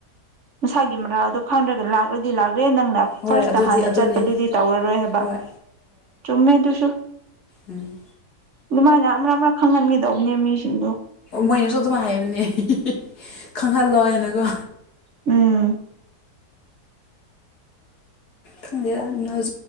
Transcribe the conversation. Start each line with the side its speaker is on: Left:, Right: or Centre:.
Right: ꯃꯁꯥꯒꯤ ꯃꯔꯥꯜꯗꯣ ꯈ‌ꯪꯗ꯭ꯔꯒ ꯂꯥꯛꯂꯗꯤ ꯂꯥꯛꯂꯦ ꯅꯪꯅ
Left: ꯍꯣꯏ
Right: ꯐꯥꯔꯁꯇ
Left: ꯑꯗꯨꯗꯤ
Right: ꯍꯥꯟꯅ
Left: ꯑꯗꯨꯅꯦ
Right: ꯆꯠꯄꯗꯨꯗꯤ ꯇꯧꯔꯔꯣꯏ ꯍꯥꯏꯕ
Left: ꯍꯣꯏ
Right: ꯆꯨꯝꯃꯦ ꯑꯗꯨꯁꯨ
Left: ꯎꯝ
Right: ꯑꯗꯨꯃꯥꯏꯅ ꯑꯃ ꯑꯃꯔꯛ ꯈꯪꯍꯟꯒꯗꯧꯕꯅꯦ ꯃꯤꯁꯤꯡꯗꯣ
Left: ꯃꯣꯏꯅꯁꯨ ꯑꯗꯨꯝ ꯍꯥꯏꯕꯅꯦ <unintelligible> ꯈꯪꯍꯜꯂꯣ ꯍꯥꯏꯅꯀꯣ
Right: ꯎꯝ
Left: ꯈ‌ꯪꯗ‌ꯦꯗ <unintelligible>